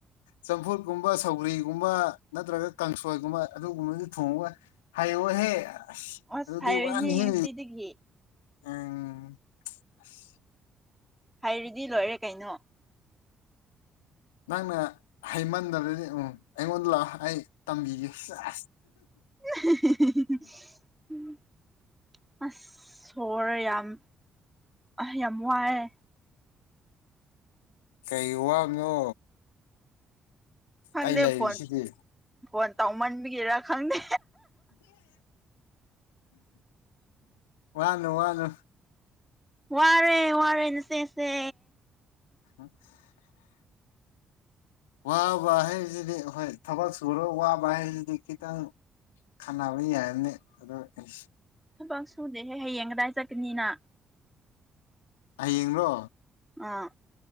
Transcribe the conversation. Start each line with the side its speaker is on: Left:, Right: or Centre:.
Left: ꯆꯝꯐꯨꯠꯀꯨꯝꯕ ꯁꯧꯒ꯭ꯔꯤꯒꯨꯝꯕ ꯅꯠꯇ꯭ꯔꯒ ꯀꯪꯁꯣꯏꯒꯨꯝꯕ ꯑꯗꯨꯒꯨꯝꯕꯗꯣ ꯊꯣꯡꯕ ꯍꯩꯌꯣꯍꯦ
Centre: ꯑꯁ
Left: ꯑꯗꯨꯗꯤ
Centre: ꯍꯩꯔꯅꯤ
Left: ꯋꯥꯅꯤ ꯍꯦ
Centre: ꯉꯁꯤꯗꯒꯤ
Left: ꯑꯪ ꯑꯁ
Centre: ꯍꯩꯔꯗꯤ ꯂꯣꯏꯔꯦ ꯀꯩꯅꯣ
Left: ꯅꯪꯅ ꯍꯩꯃꯟꯗꯔꯗꯤ ꯎꯝ ꯑꯩꯉꯣꯟꯗ ꯂꯥꯛꯑꯣ ꯑꯩ ꯇꯝꯕꯤꯒꯦ ꯁꯦꯁ
Centre: <unintelligible> ꯑꯁ ꯁꯣꯔ ꯌꯥꯝ ꯑ ꯌꯥꯝ ꯋꯥꯌꯦ
Left: ꯀꯩ ꯋꯥꯕꯅꯣ
Centre: ꯈꯪꯗꯦ
Left: ꯑꯩ ꯂꯩꯔꯤꯁꯤꯗꯤ
Centre: ꯐꯣꯟ ꯐꯣꯟ ꯇꯧꯃꯟꯕꯒꯤꯔꯥ ꯈꯪꯗꯦ
Left: ꯋꯥꯅꯣ ꯋꯥꯅꯣ
Centre: ꯋꯥꯔꯦ ꯋꯥꯔꯦ ꯅꯆꯦꯁꯦ
Left: <inaudible> ꯋꯥꯕ ꯍꯥꯏꯁꯤꯗꯤ ꯍꯣꯏ ꯊꯕꯛ ꯁꯨꯔꯥ ꯋꯥꯕ ꯍꯥꯏꯁꯤꯗꯤ ꯈꯤꯇꯪ ꯈꯟꯅꯕ ꯌꯥꯔꯅꯤ ꯑꯗꯣ ꯑꯁ
Centre: ꯊꯕꯛ ꯁꯨꯗꯦꯍꯦ ꯍꯌꯦꯡ ꯀꯗꯥꯏ ꯆꯠꯀꯅꯤꯅ
Left: ꯍꯌꯦꯡꯔꯣ
Centre: ꯑꯥ